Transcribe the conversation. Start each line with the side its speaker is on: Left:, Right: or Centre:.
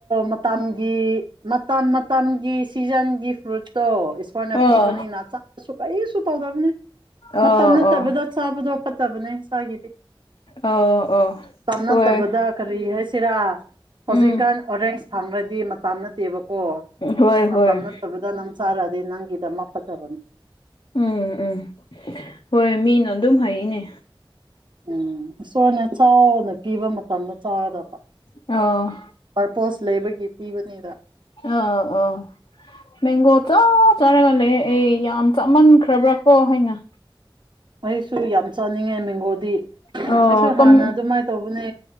Right: ꯃꯇꯝꯒꯤ ꯃꯇꯝ ꯃꯇꯝꯒꯤ ꯁꯤꯖꯟꯒꯤ ꯐ꯭ꯔꯨꯠꯇꯣ ꯏꯁꯣꯔꯅ
Left: ꯑꯣ
Right: ꯄꯤꯕꯅꯤꯅ ꯀꯔꯤꯁꯨ ꯇꯧꯗꯕꯅꯦ
Left: ꯑꯣ
Right: ꯃꯇꯝ ꯅꯠꯇꯕꯤꯗ
Left: ꯑꯣ
Right: ꯆꯥꯕꯗꯣ ꯐꯠꯇꯕꯅꯦ ꯏꯁꯥꯒꯤꯗꯤ
Left: ꯑꯣ ꯑꯣ
Right: ꯇꯞ
Left: ꯍꯣꯏ
Right: ꯅꯠꯇꯕꯗ ꯀꯔꯤ ꯍꯥꯏꯁꯤꯔꯥ
Left: ꯎꯝ
Right: ꯍꯧꯖꯤꯛꯀꯥꯟ ꯑꯣꯔꯦꯟꯖ ꯐꯪꯈ꯭ꯔꯗꯤ ꯃꯇꯝ ꯅꯠꯇꯦꯕꯀꯣ
Left: ꯍꯣꯏ ꯍꯣꯏ
Right: ꯃꯇꯝ ꯅꯠꯇꯕꯤꯗ ꯅꯪ ꯆꯥꯔꯛꯑꯗꯤ ꯅꯪꯒꯤꯗ ꯃꯥ ꯐꯖꯕꯅꯤ
Left: ꯎꯝ ꯎꯝ ꯍꯣꯏ ꯃꯤꯅ ꯑꯗꯨꯝ ꯍꯥꯏꯅꯦ
Right: ꯎꯝ ꯁꯣꯏꯅ ꯆꯥꯎꯅ ꯄꯤꯕ ꯃꯇꯝꯗ ꯆꯥꯎꯔꯗꯕ
Left: ꯑꯣ
Right: ꯄꯔꯄꯣꯁ ꯂꯩꯕꯒꯤ ꯄꯤꯕꯅꯤꯗ
Left: ꯑ ꯑ ꯃꯦꯡꯒꯣ ꯆꯥ ꯆꯥꯔꯒ ꯂꯩ ꯑꯩ ꯌꯥꯝ ꯆꯥꯃꯟꯈ꯭ꯔꯕ꯭ꯔꯥ ꯀꯣ ꯍꯥꯏꯅ
Right: ꯑꯩꯁꯨ ꯌꯥꯝ ꯆꯥꯅꯤꯡꯉꯦ ꯃꯦꯡꯒꯣꯗꯤ
Left: ꯑꯣ
Right: ꯑꯩꯁꯨ
Left: ꯇꯝ
Right: ꯍꯥꯟꯅ ꯑꯗꯨꯃꯥꯏꯅ ꯇꯧꯕꯅꯦ